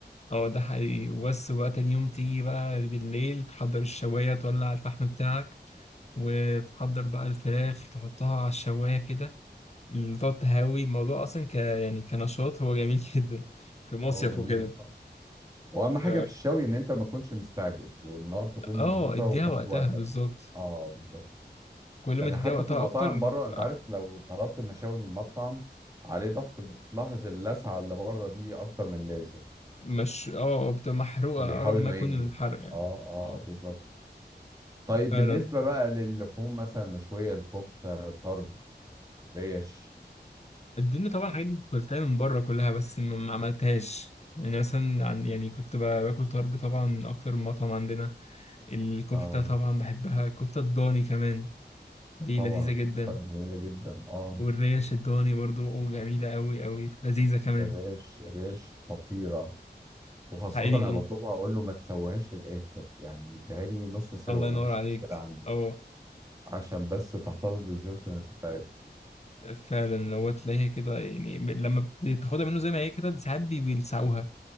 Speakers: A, on the left (about 40°); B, on the right (about 20°).
A: اه ده حقيقي وبس بقى تاني يوم تيجي بقى بالليل تحضر الشواية تولع الفحم بتاعك وتحضر بقى الفراخ تحطها على الشواية كده اللي تقعد تهوي الموضوع أصلا ك يعني كنشاط هو جميل <laughs> جدا في مصيف
B: اه جميل
A: وكده
B: اه واهم
A: ف
B: حاجة في الشوي ان انت ما تكونش مستعجل والنار تكون
A: اه
B: مظبوطة
A: اديها
B: وتاخد
A: وقتها
B: وقتك
A: بالظبط
B: اه بالظبط
A: كل
B: لان
A: ما تديها
B: حتى
A: وقتها
B: في المطاعم
A: أكتر
B: بره
A: بتبقى
B: انت عارف
A: أحلى.
B: لو طلبت مشاوي من مطعم عليه ضغط بتلاحظ اللسعة اللي بره دي اكتر من لازم
A: مش اه بتبقى محروقة
B: عشان بيحاول
A: أقرب
B: انه
A: ما يكون
B: ينجز
A: الحرق يعني
B: اه
A: اه
B: اه بالظبط طيب
A: فعلا
B: بالنسبة بقى للحوم مثلا مشوية الكفتة طرب ريش
A: اديني طبعا الحاجات دي كنت باكلتها من بره كلها بس ما ما عملتهاش يعني مثلا عن يعني كنت ب- باكل طرب طبعا من أكتر من مطعم عندنا الكفتة
B: اه
A: طبعا بحبها كفتة الضاني كمان دي
B: طبعا
A: لذيذة
B: الكفتة
A: جدا
B: جميلة جدا اه
A: والريا الشدواني برضو أو جميلة أوي أوي لذيذة كمان
B: الريش الريش خطيرة وخاصة
A: حقيقي
B: أنا بطلبها أقول له ما تسويهاش للآخر يعني اديها لي نص سوا
A: الله ينور
B: ما فيش
A: عليك
B: مشكلة عندي
A: اه
B: عشان بس تحتفظ بالجوسنس بتاعتها
A: فعلا لو تلاقيها كده يعني م- لما بتاخدها منه زي ما هي كده ساعات بي- بيلسعوها